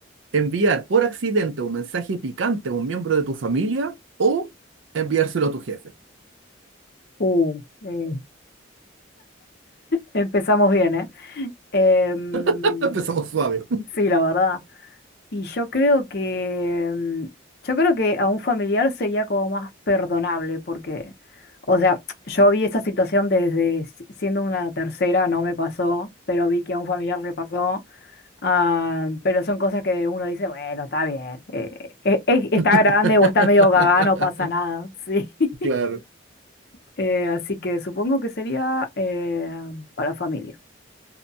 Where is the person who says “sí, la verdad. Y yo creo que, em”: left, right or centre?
Left